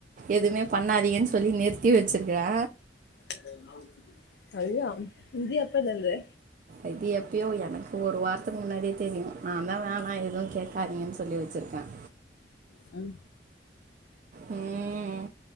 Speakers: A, on the right (about 45°); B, on the left (about 70°).
A: எதுவுமே பண்ணாதீங்கன்னு சொல்லி நிறு த்தி வச்சிருக்கறா
B: அ ந <inaudible> அஐா இதுஎப்ந்தியிருந்து
A: ஐ டிே எப் <unintelligible> அப்பயோ எனக்கு ஒரு வாரத்துக்கு முன்னாடியே தெரியும் நான் தான் வேணாம் எதுவும் கேட்காதீங்கன்னு சொல்லி வச்சிருக்கேன்
B: அஹம்
A: உம்